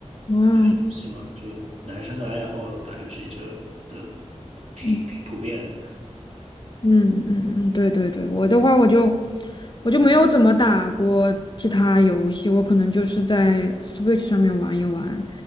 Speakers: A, on the left; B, on the right.
A: 哇。
B: 对，游戏嘛，就男生的爱好打游戏就的挺挺普遍的。
A: 嗯嗯嗯嗯，对对对，我的话我就我就没有怎么打过其他游戏，我可能就是在 Switch 上面玩一玩，